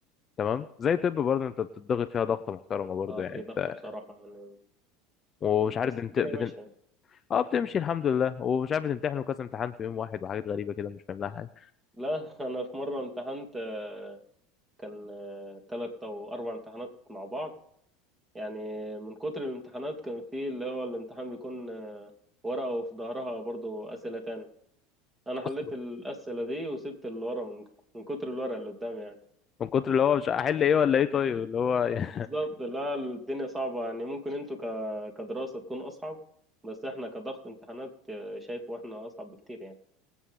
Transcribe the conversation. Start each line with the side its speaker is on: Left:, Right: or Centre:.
Left: تمام زي طب برضه انت بتضغط فيها ضغطة محترمة برضه
Right: اه
Left: يعني
Right: في
Left: انت
Right: ضغط بصراحة يعني
Left: ومش عارف
Right: بس
Left: بنت...
Right: الدنيا
Left: بتمتحن
Right: ماشية
Left: اه بتمشي الحمد لله ومش عارف بتمتحن وكذا امتحان في يوم واحد وحاجات غريبه كده مش فاهم لها حاجه
Right: لا <laughs> انا في مرة امتحنت آه، كان آه، تلات او اربع امتحانات مع بعض يعني من كتر الامتحانات كان في اللي هو الامتحان بيكون آه، ورقة وفي ظهرها برضو اسئلة تانية انا حليت
Left: اصلا
Right: الاسئلة دي وسبت اللي ورا من من كتر الورقة اللي قدامي يعني
Left: من كتر اللي هو مش هحل ايه ولا ايه طيب اللي هو يعني
Right: بالظبط لا الدنيا صعبة يعني ممكن انتوا ك... كدراسة تكون أصعب بس احنا كضغط امتحانات آه، شايفه احنا أصعب بكتير يعني